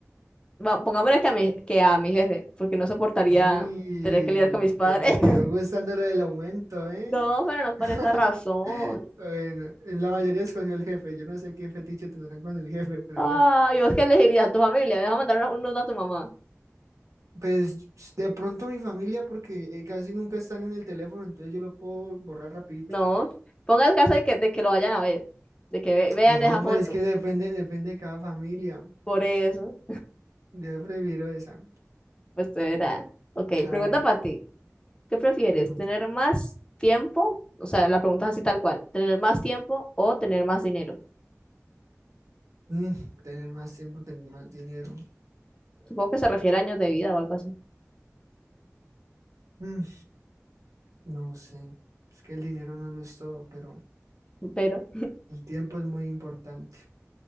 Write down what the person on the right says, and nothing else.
Uy,
te, te quedó
gustando lo del aumento, ¿eh?
<laughs>
Bueno, la mayoría escogió el jefe. Yo no sé qué fetiche tendrán con el jefe, pero
bueno.
Pues de pronto mi familia, porque eh, casi nunca están en el teléfono, entonces yo lo puedo borrar rapidito.
No,
pues es que depende, depende de cada familia.
Yo prefiero esa.
A
ver,
pregunta.
Mm, tener más tiempo, tener más dinero.
Mm, no sé. Es que el dinero no lo es todo, pero
el tiempo es muy importante.